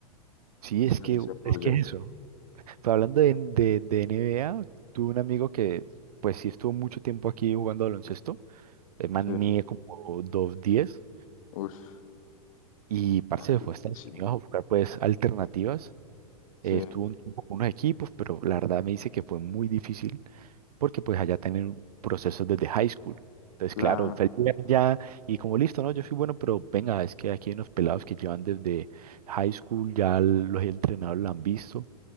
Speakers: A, on the right (about 75°); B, on the left (about 60°).
A: sí,
B: Sí,
A: es que,
B: ellos se apoyan.
A: es que es eso. Pero hablando de, de, de NBA, tuve un amigo que, pues sí, estuvo mucho tiempo aquí jugando baloncesto. El man
B: Sí,
A: mide como dos diez
B: uff,
A: y parce
B: altísimo.
A: se fue a Estados Unidos a buscar, pues, alternativas.
B: Sí,
A: Eh, estuvo un tiempo con unos equipos, pero la verdad me dice que fue muy difícil porque, pues, allá tienen procesos desde high school. Entonces,
B: claro.
A: claro, fue el primer ya y como listo, ¿no? Yo soy bueno, pero venga, es que aquí hay unos pelados que llevan desde high school, ya los entrenadores lo han visto.